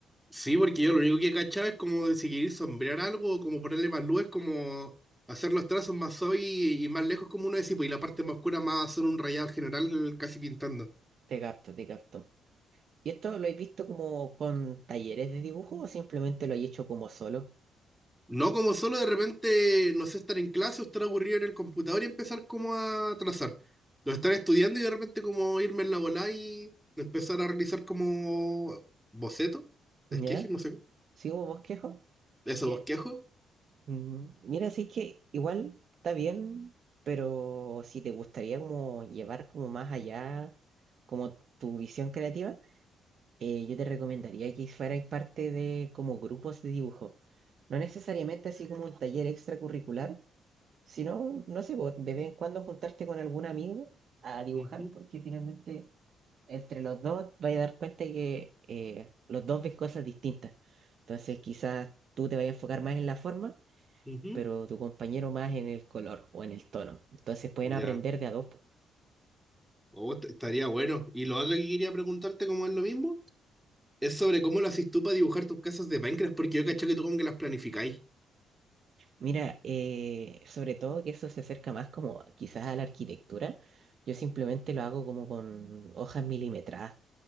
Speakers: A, in the centre; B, on the right (about 55°).
A: Sí, porque yo lo único que cachaba es como de si queréis sombrear algo, como ponerle más luz, es como hacer los trazos más hoy y, y más lejos como uno decía, pues, y la parte más oscura más hacer un rayado general casi pintando.
B: Te capto, te capto. ¿Y esto lo has visto como con talleres de dibujo o simplemente lo has hecho como solo?
A: No como solo de repente, no sé, estar en clase o estar aburrido en el computador y empezar como a trazar. O estar estudiando y de repente como irme en la bola y empezar a realizar como boceto,
B: ¿Ya?
A: esqueje, no sé,
B: ¿Sí hubo bosquejo?
A: eso,
B: Mira,
A: bosquejo.
B: mm, mira, así que igual está bien, pero si te gustaría como llevar como más allá como tu visión creativa, eh, yo te recomendaría que fuerais parte de como grupos de dibujo. No necesariamente así como un taller extracurricular, Si no, no sé, po, de vez en cuando juntarte con algún amigo a dibujar,
A: Ujú,
B: porque finalmente entre los dos vais a dar cuenta que eh, los dos ven cosas distintas. Entonces quizás tú te vayas a enfocar más en la forma,
A: ujú.
B: pero tu compañero más en el color o en el tono. Entonces pueden
A: Ya.
B: aprender de a dos. po.
A: Oh, est- estaría bueno. Y lo otro que quería preguntarte, como es lo mismo, es sobre cómo lo haces tú para dibujar tus casas de Minecraft, porque yo caché que tú como que las planificáis.
B: Mira, eh, sobre todo que eso se acerca más como quizás a la arquitectura. Yo simplemente lo hago como con hojas milimetradas,